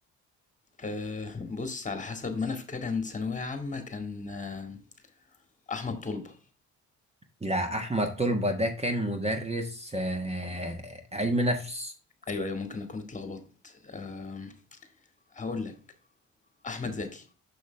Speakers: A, on the left; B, on the right.
A: أه بص على حسب ما انا فاكرها من ثانويه عامه كان آه، احمد طلبه
B: لا احمد طلبة ده كان مدرس آه علم نفس
A: ايوه ايوه ممكن اكون اتلخبطت أه هقول لك احمد زكي